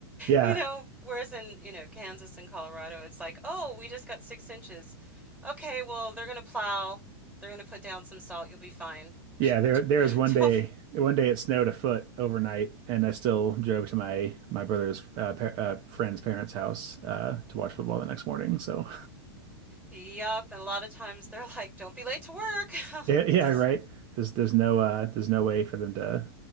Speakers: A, on the right (about 35°); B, in the centre.
A: yeah,
B: You know, whereas in, you know, Kansas and Colorado, it's like, oh, we just got six inches. Okay, well, they're going to plow. They're going to put down some salt. You'll be fine.
A: Yeah, there there
B: <laughs>
A: was one day
B: Don't,
A: one day it snowed a foot overnight, and I still drove to my my brother's uh, par uh, friend's parents' house uh, to watch football the next morning. So
B: yup. And a lot of times they're like, don't be late to work.
A: <laughs>
B: <laughs>
A: yeah, yeah,
B: It just,
A: right. There's there's no uh, there's no way for them to